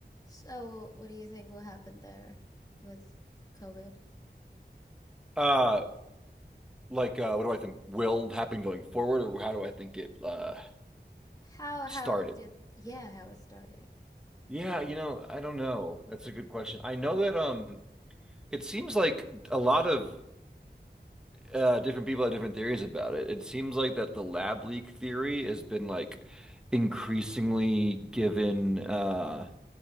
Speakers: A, on the left; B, in the centre.
A: So, what do you think will happen there with COVID?
B: Uh, like, uh, what do I think will happen going forward, or how do I think it uh
A: How how
B: started?
A: did yeah, how it started.
B: Yeah, you know, I don't know. That's a good question. I know that um, it seems like a lot of uh different people have different theories about it. It seems like that the lab leak theory has been like increasingly given uh